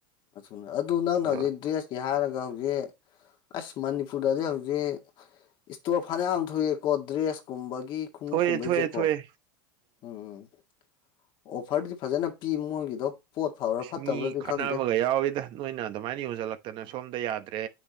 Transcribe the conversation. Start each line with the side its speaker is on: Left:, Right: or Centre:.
Left: ꯑꯅ ꯑꯗꯨ ꯅꯪꯅ
Right: ꯑꯗꯣ
Left: ꯍꯧꯖꯤꯛ ꯗ꯭ꯔꯦꯁꯀꯤ ꯍꯥꯏꯔꯒ ꯍꯧꯖꯤꯛ ꯑꯁ ꯃꯅꯤꯄꯨꯔꯗꯗꯤ ꯍꯧꯖꯤꯛ ꯏꯁꯇꯣꯔ ꯐꯅꯌꯥꯝ ꯊꯣꯛꯑꯦꯀꯣ ꯗ꯭ꯔꯦꯁ ꯀꯨꯝꯕꯒꯤ ꯒꯤ ꯈꯣꯡꯎ
Right: ꯊꯣꯛꯑꯦ
Left: ꯀꯨꯝꯕꯩꯁꯦꯀꯣ
Right: ꯊꯣꯛꯑꯦ ꯊꯣꯛꯑꯦ
Left: ꯎꯝ ꯑꯣꯐꯔꯗꯤ ꯐꯖꯅ ꯄꯤ ꯃꯣꯏꯒꯤꯗꯣ ꯄꯣꯠ ꯐꯕ꯭ꯔꯥ
Right: ꯑꯁ
Left: ꯐꯠꯇꯕ꯭ꯔꯗꯤ
Right: ꯃꯤ ꯈꯠꯅꯕꯒ
Left: ꯈꯪꯗꯦ
Right: ꯌꯥꯎꯋꯤꯗ ꯅꯣꯏꯅ ꯑꯗꯨꯃꯥꯏꯅ ꯌꯣꯟꯁꯤꯜꯂꯛꯇꯅ ꯁꯣꯝꯗ ꯌꯥꯗ꯭ꯔꯦ